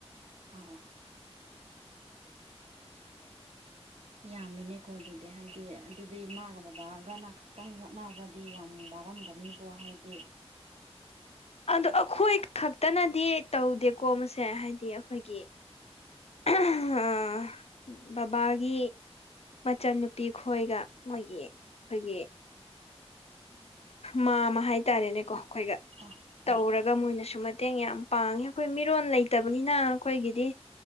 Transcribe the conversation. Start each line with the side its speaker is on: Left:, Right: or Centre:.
Right: ꯑꯧ ꯌꯥꯝꯃꯤꯅꯦꯀꯣ ꯑꯗꯨꯗꯤ ꯍꯥꯏꯗꯤ ꯑꯗꯨꯗꯤ ꯃꯥꯥꯒ ꯕꯕꯥꯒꯅ ꯈꯛꯇꯪ ꯍꯣꯠꯅꯔꯗꯤ ꯌꯥꯝ ꯋꯥꯔꯝꯒꯅꯤꯕ ꯍꯥꯏꯗꯤ
Left: ꯑꯗꯣ ꯑꯈꯣꯏ ꯈꯛꯇꯅꯗꯤ ꯇꯧꯗꯦ ꯀꯣꯝꯕꯁꯦ ꯍꯥꯏꯗꯤ ꯑꯈꯣꯏꯒꯤ ꯑꯥ ꯕꯕꯥꯒꯤ ꯃꯆꯟꯅꯨꯄꯤ ꯈꯣꯏꯒ ꯃꯣꯏꯒꯤ ꯑꯩꯈꯣꯏꯒꯤ ꯃꯥꯃ ꯍꯥꯏꯇꯥꯔꯦꯅꯦꯀꯣ ꯑꯩꯈꯣꯏꯒ
Right: ꯑꯥ ꯑꯥ
Left: ꯇꯧꯔꯒ ꯃꯣꯏꯅꯁꯨ ꯃꯠ ꯇꯦꯡ ꯌꯥꯝ ꯄꯥꯡꯉꯦ ꯑꯩꯈꯣꯏ ꯃꯤꯔꯣ ꯂꯩꯇꯕꯅꯤꯅ ꯑꯩꯈꯣꯏꯒꯤꯗꯤ